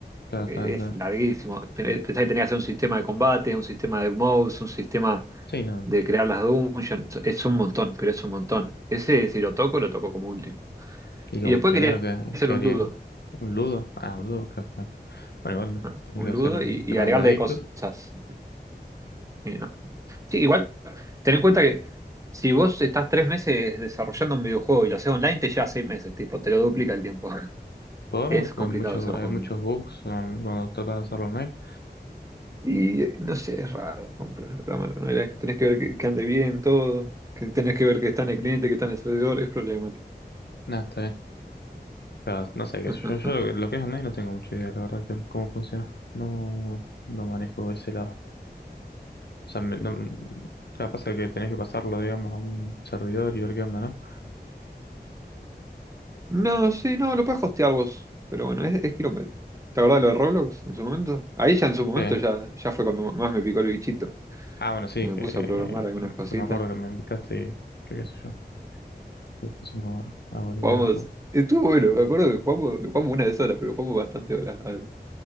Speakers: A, on the left (about 70°); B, on the right (about 20°).
A: claro,
B: Porque
A: tal,
B: es
A: tal.
B: larguísimo. Pe- Pensá que tenés que hacer un sistema de combate, un sistema de moves, un sistema
A: Sí, no.
B: de crear las dungeons, es un montón, pero es un montón. Ese, si lo toco, lo toco como último.
A: Y como
B: Y después
A: primero
B: quería
A: que,
B: hacer
A: que
B: un
A: haría
B: ludo,
A: un ludo. Ah, un ludo, claro, tal. Bueno, igual
B: ¿no?
A: tenés
B: un
A: que hacer
B: ludo
A: el
B: y, y
A: de maldadito.
B: agregarle cosas. Y no- Sí, igual, ten en cuenta que si vos estás tres meses desarrollando un videojuego y lo haces online, te lleva seis meses, tipo, te lo duplica el tiempo. <laughs>
A: Por,
B: Es
A: pues
B: complicado
A: muchos,
B: hacer
A: hay
B: juegos.
A: muchos
B: online.
A: bugs um, cuando tratas de hacerlo online.
B: Y eh, no sé, es raro. programar en online. Tenés que ver que, que ande bien todo, que tenés que ver que está en el cliente, que está en el servidor, es problemático.
A: Nada, está bien. Claro, no sé, qué
B: <laughs>
A: sé yo, yo lo, que lo que es online no tengo mucha idea, la verdad, que cómo funciona. No, no manejo ese lado. O sea, me- no, claro, pasa que tenés que pasarlo, digamos, a un servidor y ver qué onda, ¿no?
B: No, sí, no, lo puedes hostear vos. Pero bueno, es, es quilombo. ¿Te acordás de lo de Roblox en su momento? Ahí ya en su momento
A: Eh,
B: ya, ya fue cuando más me picó el bichito.
A: ah, bueno, sí,
B: que me
A: que,
B: puse
A: que,
B: a programar algunas cositas.
A: que me acuerdo que me invitaste y que qué sé yo. Lo pusimos a, a volver
B: Jugamos.
A: un poco.
B: Estuvo bueno, me acuerdo que jugamos, lo jugamos una de sola, pero jugamos bastante horas. al-